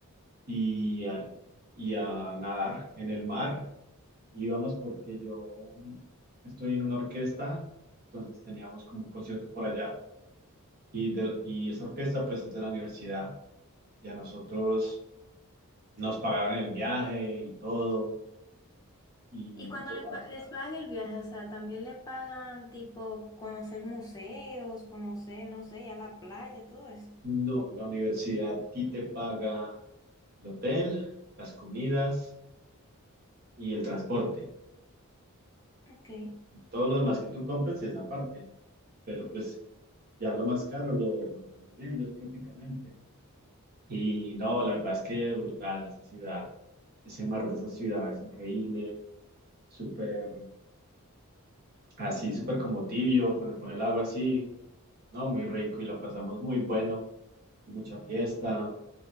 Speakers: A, on the right; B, on the left.
A: y a, y a nadar en el mar. Íbamos porque yo estoy en una orquesta, entonces teníamos como un concierto por allá. Y, de, la- y esa orquesta pues es de la universidad. Y a nosotros nos pagaron el viaje y todo, y,
B: Y cuando
A: y tocamos
B: le pa- les
A: allá.
B: pagan el viaje, o sea, también le pagan tipo conocer museos, conocer, no sé, ir a la playa, todo eso.
A: No, la universidad a ti te paga el hotel, las comidas y el transporte.
B: Ok.
A: Todo lo demás que tú compres es aparte, pero pues ya lo más caro lo, lo ponen ellos prácticamente. Y no, la verdad es que brutal esa ciudad, ese mar de esa ciudad es increíble, súper así, súper como tibio, cuando pone el agua así, no, muy rico y la pasamos muy bueno, y mucha fiesta,